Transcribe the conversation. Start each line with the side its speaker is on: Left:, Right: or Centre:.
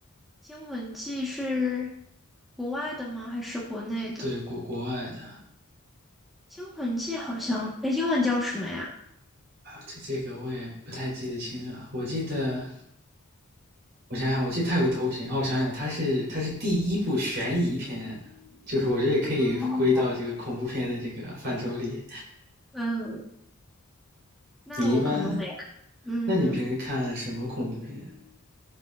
Centre: 《惊魂记》是国外的吗？还是国内的？
Right: 对，国国外的。
Centre: 《惊魂记》好像，哎，英文叫什么呀？
Right: 这这个我也不太记得清了，我记得我想想，我记得他有个头衔哦，我想想，他是他是第一部悬疑片，就是我觉得也可以归到这个恐怖片的这个范畴里。
Centre: 哦，嗯，那我可能没，
Right: 你一般，
Centre: 嗯，
Right: 那你平时看什么恐怖片？